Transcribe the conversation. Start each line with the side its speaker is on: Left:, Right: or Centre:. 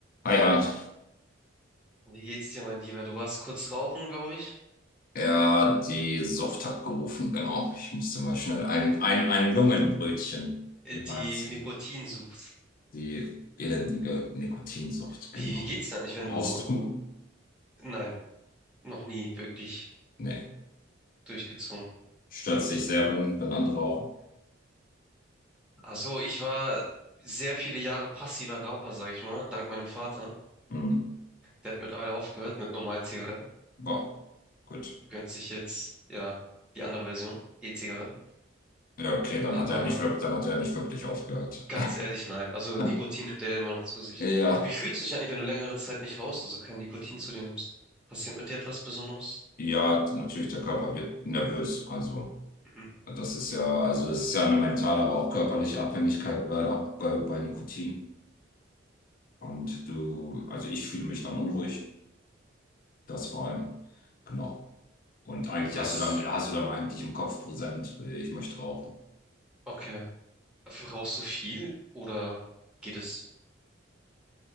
Left: Hi Hans,
Centre: Wie geht's dir, mein Lieber? Du warst kurz rauchen, glaube ich.
Left: ja, die Sucht hat gerufen, genau. Ich musste mal schnell ein, ein, ein Lungenbrötchen
Centre: Äh,
Left: mir
Centre: Die
Left: reinziehen.
Centre: Nikotinsucht.
Left: Die elendige Nikotinsucht,
Centre: Wie,
Left: genau.
Centre: wie geht's dir eigentlich, wenn
Left: Rauchst
Centre: du...
Left: du?
Centre: Nein, noch nie wirklich
Left: Nee.
Centre: durchgezogen.
Left: Stört sich sehr um, wenn andere rauchen.
Centre: Ach so, ich war sehr viele Jahre passiver Raucher, sag ich mal, dank meinem Vater.
Left: Hm.
Centre: Der hat mittlerweile aufgehört mit normalen Zigaretten.
Left: Boah, gut.
Centre: Gönnt sich jetzt, ja, die andere Version, E-Zigaretten.
Left: Ja, okay, dann
Centre: Aber
Left: hat er nicht wirklich, dann hat er nicht wirklich aufgehört.
Centre: ganz ehrlich, nein. Also
Left: <laughs>
Centre: Nikotin nimmt der immer noch zu sich.
Left: Ja,
Centre: Wie fühlst du dich eigentlich, wenn du längere Zeit nicht rauchst, also kein Nikotin zu dir nimmst? Passiert mit dir etwas Besonderes?
Left: ja, natürlich, der Körper wird nervös. Also,
Centre: Mhm.
Left: das ist ja, also es ist ja eine mentale, aber auch körperliche Abhängigkeit leider bei, bei Nikotin. Und du, also ich fühle mich dann unruhig, das vor allem. Genau. Und eigentlich
Centre: Bis,
Left: hast du dann, hast du dann eigentlich im Kopf präsent, ich möchte rauchen.
Centre: okay. Rauchst du viel oder geht es